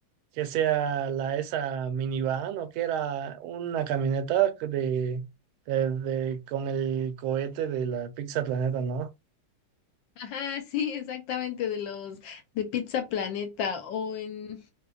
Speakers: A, on the right; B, on the left.
A: que sea la esa minivan o que era una camioneta de, de- de- con el cohete de la Pizza Planeta, ¿no?
B: Ajá, sí, exactamente, de los de Pizza Planeta o en